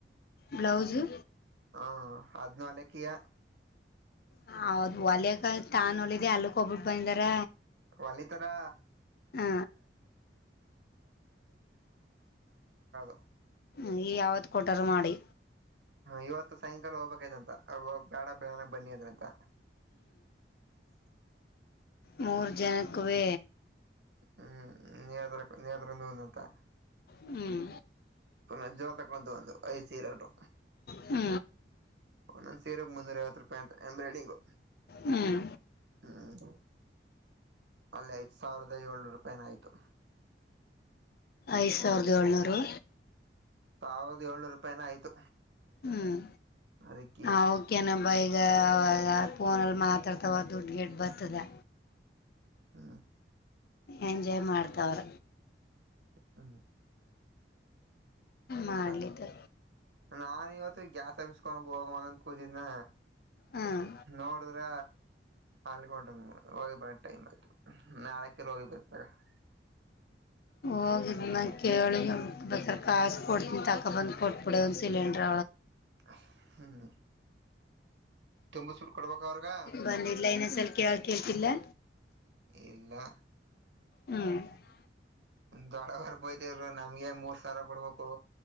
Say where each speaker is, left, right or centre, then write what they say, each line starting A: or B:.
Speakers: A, on the left; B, on the right.
A: ಬ್ಲೌಸು
B: ಹಾ ಅದ್ನ ಅನ್ನಕ್ಕಿಯ
A: ಹಾ ಹೌದ ಒಲೆಕ <unintelligible> ತಾನ್ ಹೊಲಿದೆ ಅಲ್ಲಕ್ಕ ಹೋಗ್ಬಿಟ್ಟು ಬಂದಾರ
B: ಹೊಲಿಥಾರ್
A: ಹ
B: <unintelligible>
A: ನೀ ಯಾವತ್ ಕೊಟರಾ ಮಾಡಿ
B: ಇವತ್ತು ಸಾಯಂಕಾಲ ಹೋಗಬೇಕಾಗಿತ್ತ ಅಂತ ಅವರ ಬೇಡ ಬೆಳಿಗ್ಗೆ ಬನ್ನಿ ಅದ್ರ ಅಂತ
A: ಮೂರು ಜನಕ್ಕವೇ
B: ಹ್ಮ ನೇ ನೇತರುನ್ನುಂದುತ್ತಾ <unintelligible>
A: ಹ್ಮ್
B: ನ ಜೋರತೆಕ್ಕೆಡ್ಂತ ಬಂದ ಐ ಸೀರ ಊಟು
A: ಹ್ಮ
B: ನನ್ ಸೇರೆಗ್ ಮುನ್ನೂರ ಐವತ್ತು ರೂಪಾಯಿ ಅಂತ ಎಂಬ್ರಾಯ್ಡಿಂಗು
A: ಹ್ಮ್
B: ಹ್ಮ್ ಅಲ್ಲಿ ಐದ ಸಾವಿರದ ಏಳ್ನೂರು ರೂಪಾಯಿನ ಆಯ್ತು
A: ಐದ್ ಸಾವಿರದ ಏಳ್ನೂರು
B: ಸಾವಿರ ಏಳ್ನೂರು ರೂಪಾಯನ ಆಯ್ತು
A: ಹ್ಮ್
B: ಅದಕ್ಕೆ
A: ಹ ೆ ಕೆನೊಬ್ಬ ಈಗ ಫೋನಲ್ಲಿ ಮಾತಾಡ್ತಾವೋ ದುಡ್ಡು ಗಡ್ ಬರ್ತದೆ
B: ಹ್ಮ
A: ಎಂಜಾಯ್ ಮಾಡ್ತವ್ರ
B: ಹ್ಮ್
A: ಮಾಡ್ಲಿತ್ತು
B: ತ ನಾ ಇವತ್ತು ಗ್ಯಾಸ್ ಆಫೀಸ್ ಗೆ ಹೋಗವಣ ಅನ್ ಕೂುದಿದನ
A: ಹಾಂ
B: ನೋಡಿದ್ರ <unintelligible>
A: ಹೋಗಿದ್ದ ನಂಗ ಕೇಳಿ ಬೇಕಾದ್ರೆ ಕಾಸು ಕೊಡ್ತೀನಿ ತಕೊ ಬಂದು ಕೊಟ್ಟಬಿಡಾ ಒಂದು ಸಿಲಿಂಡ್ರ
B: ಹ್ಮ್. <unintelligible> ತುಂಬಸ್ಬಿಟ್ಟ ಕೊಡ್ಬೇಕ ಅವ್ರಗ
A: ಬಂದಿಲ್ಲ ಇನ್ನೊಂದ್ಸಲಿ ಕೇಳಿ ಕೇಳ್ತಿಲ್ಲಾ.
B: ಇಲ್ಲ.
A: ಹ್ಮ್. <unintelligible>
B: ದೊಡ್ಡವರ ಬೈತಾರೆ ನಮ್ಗೆ ಮೂರ ಸಾವಿರ ಕೊಡ್ಬೇಕು.